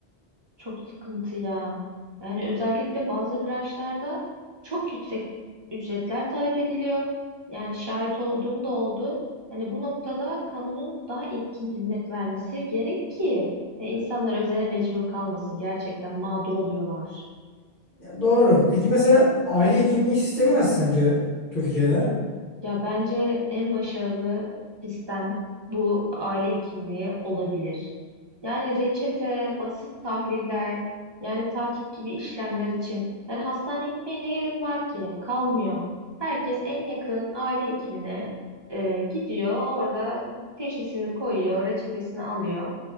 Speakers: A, on the right; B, on the left.
A: Çok sıkıntı ya. Yani özellikle bazı branşlarda çok yüksek ücretler talep ediliyor. Yani şahit olduğum da oldu. Hani bu noktada kamunun daha etkin hizmet vermesi gerek ki e, insanlar özele mecbur kalmasın. Gerçekten mağdur oluyorlar.
B: Ya doğru. Peki mesela aile hekimliği sistemi nasıl sence Türkiye'de?
A: Ya bence en başarılı sistem bu aile hekimliği olabilir. Yani reçete, basit tahliller, yani takip gibi işlemler için. Yani hastaneye gitmeye ne gerek var ki? Kalmıyor. Herkes en yakın aile hekimine e, gidiyor. Orada teşhisini koyuyor, reçetesini alıyor.